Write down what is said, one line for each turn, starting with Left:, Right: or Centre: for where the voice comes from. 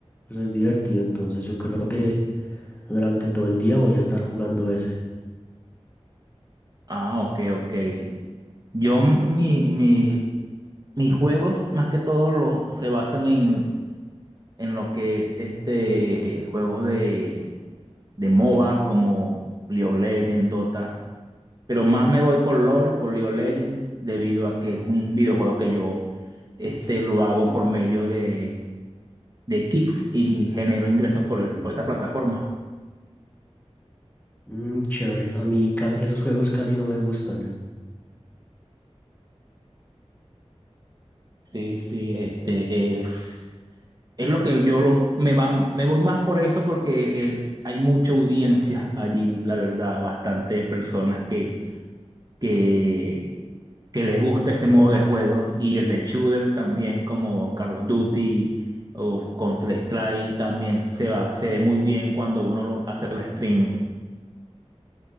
Left: Pues es divertido, entonces yo creo que durante todo el día voy a estar jugando ese.
Right: Ah, ok, ok. Yo, mi, mi- mis juegos, más que todo, los, se basan en, en lo que es este, juegos de, de MOBA, como League of Legends, Dota. Pero más me voy por LOL, por League of Legends, debido a que es un videojuego que yo este, lo hago por medio de, de Kick y genero ingresos por, el- por esa plataforma.
Left: Mm, chévere, a mí ca- esos juegos casi no me gustan.
Right: Sí, sí, este es, es lo que yo lo, me va, me voy más por eso porque eh, hay mucha audiencia allí, la verdad, bastantes personas que que, que les gusta ese modo de juego y el de shooter también como Call of Duty o Counter-Strike también se va, se ve muy bien cuando uno lo hace el streaming.